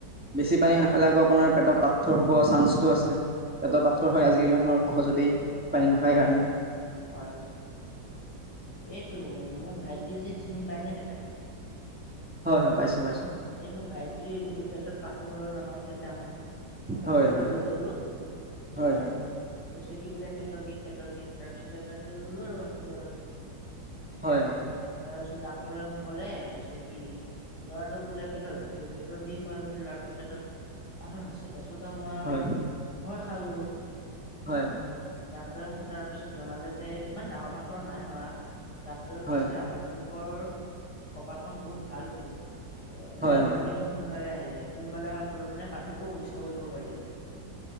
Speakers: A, in the centre; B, on the left (about 60°).
A: বেছি পানী
B: আৰু
A: নাখালে আকৌ আপোনাৰ পেটত
B: হয়
A: পাথৰ হ'ব চাঞ্চটো আছে। পেটত পাথৰ হয় আজিকালি মানুহৰ সহজতেই, পানী নাখায় কাৰণে।
B: হয়, হয়। এইটো মোৰ ভাইটি যে চিনি পায় নে নেপায়?
A: হয়, হয়, পাইছো পাইছো।
B: এই মোৰ ভাইটিৰ এই পেটত পাথৰ ওলাল নহয় সেইদিনাখন হস্পিতাললৈ
A: হয় হয়
B: লৈ গ'লো।
A: হয়, হয়।
B: কৈছে কি বোলে পেটৰ বিষ পেটৰ বিষ তাৰপিছতে তাক লৈ গ'লো হস্পিতালত।
A: হয়, হয়।
B: তাৰপিছত ডাক্তৰে মোক ক'লে কৈছে কি ল'ৰা বোলে পেটত পেটৰ বিষ হয় বোলে ল'ৰাটোৰ পেটত পাথৰ আছে। তাৰপাছত তাৰপিছত মই আৰু
A: হয় হয়
B: ভয় খাই গ'লোঁ।
A: হয় হয়
B: ডাক্তৰে মোক তাৰ পিছত জনালে যে ইমান ডাঙৰ পাথৰ নাই হোৱা। ডাক্তৰে
A: হয়
B: কৈছে
A: হয়
B: আপোনালোকৰ কপালখন বহুত ভাল বোলে।
A: হয়
B: যে আপোনালোকে
A: হয়
B: ইমান সোনকালে আহিলে সোনকালে অহাৰ ফলত মানে পাথৰটো অনিষ্ট কৰি দিব পাৰি।